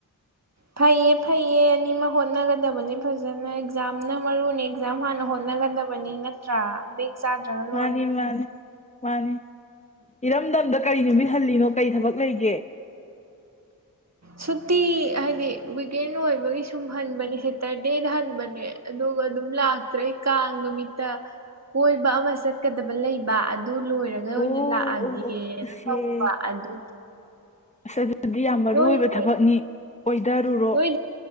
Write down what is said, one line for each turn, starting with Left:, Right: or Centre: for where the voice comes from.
Right: ꯐꯩꯌꯦ ꯐꯩꯌꯦ ꯑꯅꯤꯃꯛ ꯍꯣꯠꯅꯒꯗꯕꯅꯤ ꯐꯖꯅ ꯑꯦꯛꯖꯥꯝꯅ ꯃꯔꯨꯅꯤ ꯑꯦꯛꯖꯥꯝ ꯍꯥꯟꯅ ꯍꯣꯠꯅꯒꯗꯕ <unintelligible> ꯅꯠꯇ꯭ꯔꯥ ꯕꯦꯛ ꯆꯥꯗ꯭ꯔꯒ ꯂꯣꯏꯔꯦ
Left: ꯃꯥꯅꯤ ꯃꯥꯅꯤ ꯃꯥꯅꯤ ꯏꯔꯝꯗꯝꯗ ꯀꯔꯤ ꯅꯨꯃꯤꯠ ꯍꯜꯂꯤꯅꯣ ꯀꯔꯤ ꯊꯕꯛ ꯂꯩꯒꯦ
Right: ꯁꯨꯇꯤ ꯍꯥꯏꯗꯤ ꯋꯤꯛꯀꯦꯟ ꯑꯣꯏꯕꯒꯤ ꯁꯨꯝ ꯍꯟꯕꯅꯦ ꯁꯦꯇꯔꯗꯦꯗ ꯍꯟꯕꯅꯦ ꯑꯗꯨꯒ ꯑꯗꯨꯝ ꯂꯥꯛꯇ꯭ꯔꯦ ꯑꯩ ꯀꯥꯡ ꯅꯨꯃꯤꯠꯇ ꯀꯣꯏꯕ ꯑꯃ ꯆꯠꯀꯗꯕ ꯂꯩꯕ ꯑꯗꯨ ꯂꯣꯏꯔꯒ
Left: ꯑꯣ
Right: ꯐꯖꯅ ꯑꯣꯏꯅ
Left: ꯑꯣ
Right: ꯂꯥꯛꯑꯒꯦꯅ
Left: ꯑꯣ ꯏꯆꯦ
Right: ꯇꯧꯕ ꯑꯗꯨꯒꯤ
Left: ꯑꯁ ꯑꯗꯨꯗꯤ ꯌꯥꯝ ꯃꯔꯨ
Right: ꯅꯣꯏꯗꯤ
Left: ꯑꯣꯏꯕ ꯊꯕꯛꯅꯤ ꯀꯣꯏꯙꯔꯨꯔꯣ
Right: ꯅꯣꯏꯗꯤ